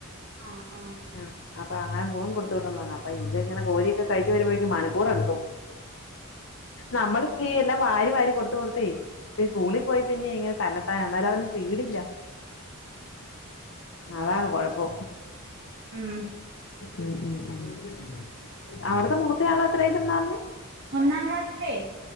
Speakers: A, on the right (about 55°); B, on the left (about 60°).
A: ആഹ് ആ.
B: അ അപ്പൊ അങ്ങനെ സ്പൂൺ കൊടുത്ത വിടണോന്നറഞ്. അപ്പൊ ഇത്ങ്ങനെ കോരിയോക്കെ കഴിച്ച് വരുമ്പോഴേക്കും മണിക്കൂർ എടുക്കും. നമ്മളിവി എല്ലാം വാരി വാരി കൊടുത്ത കൊടുതെ ഇ സ്കൂളിൽ പോയി പിന്നെങ്ങനെ തന്ന എന്നാലും അവന് സ്പീഡില്ല. അതാണ് കൊഴപ്പം.
A: ഉം.
B: ഉം ഉം ഉം. അവിടത്തെ മൂത്തെ ആള് എത്രായിലെന്ന പറഞ്ഞെ?
A: ഒന്നാം ക്ലാസിലെ.